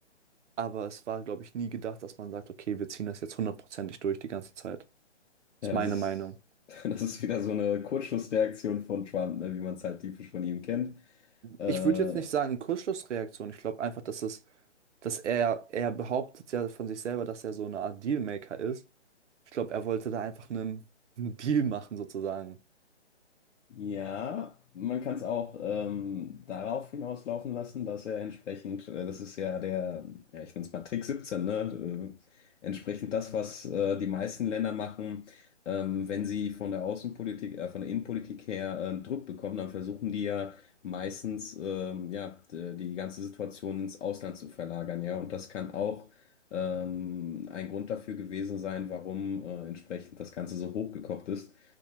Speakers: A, on the right; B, on the left.
A: Aber es war, glaube ich, nie gedacht, dass man sagt, okay, wir ziehen das jetzt hundertprozentig durch die ganze Zeit. Ist
B: Ja,
A: meine
B: das ist.
A: Meinung.
B: <laughs> Das ist wieder so eine Kurzschlussreaktion von Trump, ne, wie man es halt typisch von ihm kennt. Äh,
A: Ich würde jetzt nicht sagen, Kurzschlussreaktion. Ich glaube einfach, dass es, dass er, er behauptet ja von sich selber, dass er so eine Art Dealmaker ist. Ich glaube, er wollte da einfach einen, einen Deal machen, sozusagen.
B: Ja, man kann es auch ähm, darauf hinauslaufen lassen, dass er entsprechend, äh, das ist ja der, ja, ich nenne es mal Trick 17, ne? Äh, entsprechend das, was äh, die meisten Länder machen, ähm, wenn sie von der Außenpolitik, äh, von der Innenpolitik her äh, Druck bekommen, dann versuchen die ja meistens, ähm, ja, d- die ganze Situation ins Ausland zu verlagern, ja. Und das kann auch ähm, ein Grund dafür gewesen sein, warum äh, entsprechend das Ganze so hochgekocht ist.